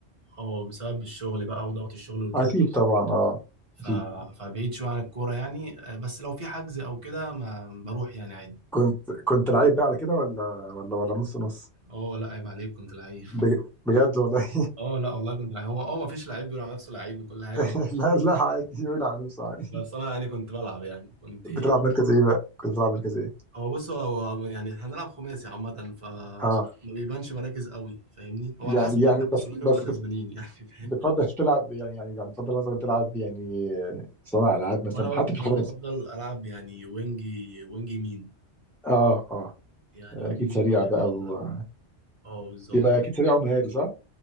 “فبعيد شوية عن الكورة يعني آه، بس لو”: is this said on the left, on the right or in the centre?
Right